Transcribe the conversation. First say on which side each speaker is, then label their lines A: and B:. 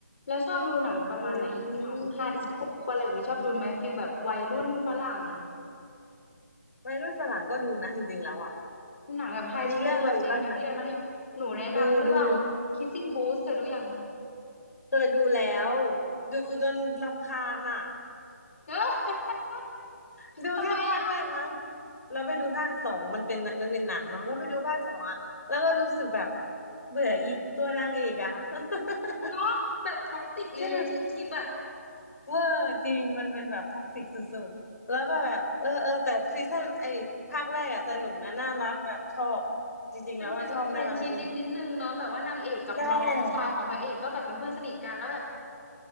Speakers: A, on the left; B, on the left.
A: เราชอบดูหนังประมาณไหนอีกหนังไฮสคูลอะไรแบบนี้ชอบดูไหมฟิลแบบวัยรุ่นฝรั่ง
B: อืมวัยรุ่นฝรั่งก็ดูนะจริงๆแล้วอ่ะ
A: หนังแบบไฮสคูลแบบเด็กนักเรียนมัธยมหนูแนะนำเรื่อง
B: มีเรื่องอะไรอีกบ้างไหมดูดู
A: Kissing Booth เคยดูยัง
B: เคยดูแล้วดูจนรำคาญอ่ะ
A: <laughs> เออ
B: <laughs> ดูแค่ภาคแรกมั้ง
A: ทำไมอะ
B: เราไปดูภาคสองมันเป็นมันเป็นหนังเนาะเราไปดูภาคสองอะแล้วก็รู้สึกแบบเบื่ออีตัวนางเอกอะ <laughs>
A: เนาะแบบท็อกซิกรีเลชั่นชิพอะ
B: แค่เวอร์จริงมันเป็นแบบท็อกซิกสุดๆแล้วก็แบบเออเออแต่ซีซั่นไอ้ภาคแรกอะสนุกนะน่ารักแบบชอบจริงๆแล้วว่าชอบน่ารักดี
A: เป็นฟีลแบบเฟรนด์ชิพนิดนิดนึงเนาะแบบว่านางเอกกับน้องชายของพระเอกก็แบบเป็นเพื่อนสนิทกันแล้วแบบ
B: ใช่